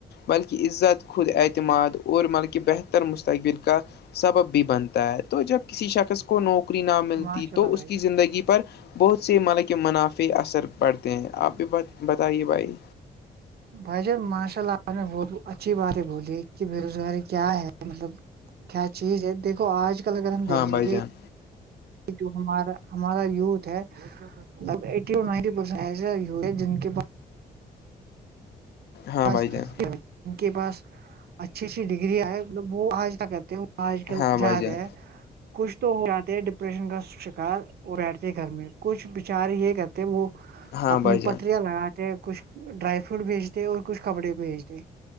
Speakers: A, on the left; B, on the right.
A: بلکہ عزت خود اعتماد اور بلکہ بہتر مستقبل کا سبب بھی بنتا ہے تو جب کسی شخص کو نوکری نہ ملتی
B: ماشاء
A: تو
B: اللہ
A: اس
B: بھائی
A: کی زندگی پر بہت سے مال کے منافع اثر پڑتے ہیں آپ بھی ب بتائیے بھائی
B: بھائی جان ماشال آرٹ میں بہت اچھی بات ہے بولی ہے کہ بے روزگاری کیا ہے مطلب کیا چیز ہے دیکھو آج کل اگر ہم
A: ہاں
B: دیکھیں
A: بھائی
B: گے
A: جان
B: جو ہمارا ہمارا یوتھ ہے اب ایٹی نائنٹی پرسینٹ ایسے ہے جن کے پاس
A: ہاں
B: ان
A: بھائی جان
B: کے پاس اچھی اچھی ڈگگریاں ہے مطلب وہ آج کیا کرتے ہیں آج کل
A: ہاں بھائی
B: زیادہ
A: جان
B: ہے کچھ تو ہو جاتے ہے ڈپریشن کا شکار بیھتے ہے گھر میں کچھ بیچار یہ کرتے وہ
A: ہاں
B: اپنی
A: بھائی جان
B: پٹریاں لگاتے کچھ ڈرائی فروٹ بھیج تھے اور کچھ کپڑے بھیجتے